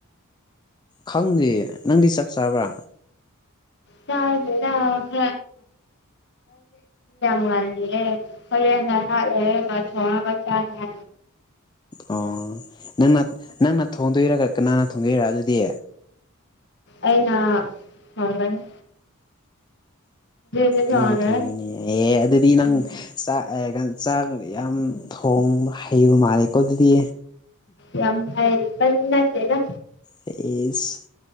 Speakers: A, on the left (about 20°); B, on the left (about 55°).
A: ꯈꯪꯗꯦ ꯅꯪꯗꯤ ꯆꯥꯛ ꯆꯥꯕ꯭ꯔꯥ
B: ꯁꯥ ꯈ ꯍꯔ ꯗꯔ ꯃꯒꯜꯂꯤꯌꯦ ꯐꯔ ꯅꯍꯔꯦ ꯊꯅ ꯆ ꯌꯥ
A: ꯑꯣ ꯅꯪꯅ ꯅꯪꯅ ꯊꯣꯡꯗꯣꯏꯔꯒ ꯀꯅꯥꯅ ꯊꯣꯡꯗꯣꯏꯔꯥ ꯑꯗꯨꯗꯤ
B: ꯑꯩꯅ ꯍꯅꯤ ꯍꯧꯖꯤꯛ ꯊꯣꯡꯔꯦ
A: ꯅꯪꯅ ꯊꯣꯡꯉꯤꯅꯦ ꯑꯦ ꯑꯗꯨꯗꯤ ꯅꯪ
B: ꯎꯝ
A: ꯆꯥꯛ ꯆꯥꯛꯗꯤ ꯌꯥꯝ ꯊꯣꯡꯕ ꯍꯩꯕ ꯃꯥꯜꯂꯦꯀꯣ ꯑꯗꯨꯗꯤ
B: ꯌꯥꯝ ꯍꯥꯏꯥꯏ ꯄ ꯅꯠꯇꯦꯒ
A: ꯇꯩꯁ